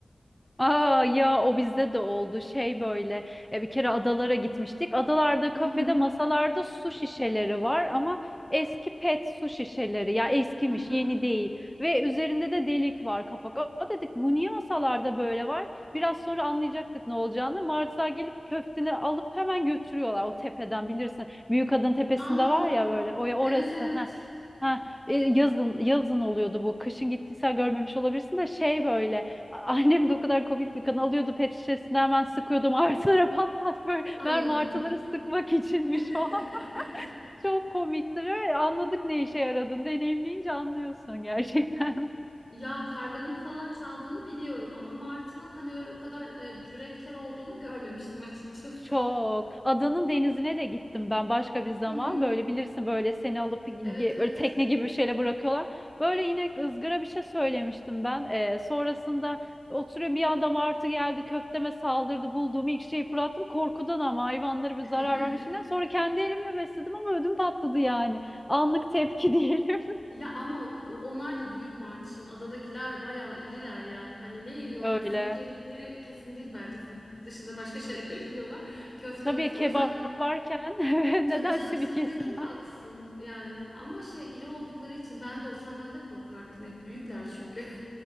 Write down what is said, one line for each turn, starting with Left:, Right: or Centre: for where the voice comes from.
Centre: Aa ya o bizde de oldu şey böyle e, bir kere adalara gitmiştik. Adalarda
Left: <laughs> Hı
Centre: kafede
Left: hı.
Centre: masalarda su şişeleri var ama eski pet su şişeleri ya eskimiş
Left: Hı hı.
Centre: yeni değil ve üzerinde de delik var kapak. Aa dedik bu niye masalarda böyle var? Biraz sonra anlayacaktık ne olacağını. Martılar gelip köfteni alıp hemen götürüyorlar o tepeden bilirsin. Büyük Adın tepesinde
Left: Aa,
Centre: var ya böyle o
Left: evet
Centre: orası.
Left: evet.
Centre: Ha. Ha, e, yazın yazın oluyordu bu. Kışın gittiysen görmemiş olabilirsin de şey böyle. Annem de o kadar komik bir kan alıyordu pet şişesinden hemen sıkıyordum <laughs> artılara pat pat böyle
Left: Ay.
Centre: mermi artıları sıkmak içinmiş
Left: <laughs>
Centre: o. <laughs> Çok komiktir. Evet, anladık ne işe yaradığını deneyimleyince anlıyorsun gerçekten.
Left: Ya karganın falan çaldığını biliyorum ama martının hani öyle o kadar e, cüretkar olduğunu görmemiştim açıkçası.
Centre: Çok. Adanın denizine de gittim ben başka bir zaman.
Left: <laughs> Hı hı.
Centre: Böyle bilirsin böyle seni alıp ge-
Left: Evet evet.
Centre: böyle tekne gibi bir şeyle bırakıyorlar. Böyle yine ızgara bir şey söylemiştim ben. Ee, sonrasında oturuyor bir adam artı geldi köfteme saldırdı. Bulduğum ilk şeyi fırlattım. Korkudan ama hayvanlara bir
Left: <laughs>
Centre: zarar vermişinden. Sonra kendi elimle besledim ama ödüm patladı yani. Anlık tepki <laughs> diyelim.
Left: Ya ama o- onlar da büyük martı şimdi adadakiler bayağı iriler yani hani ne yiyorlar
Centre: Öyle.
Left: simit yedikleri kesin değil bence simit dışında başka şeyler <laughs> yiyorlar köfte
Centre: Tabii
Left: möfte
Centre: kebap
Left: o yüzden
Centre: varken <laughs>
Left: Tabii
Centre: neden
Left: canım
Centre: simit
Left: simite
Centre: yesin
Left: kim baksın yani ama şey iri oldukları için ben de olsam ben de korkardım. Ya, büyükler çünkü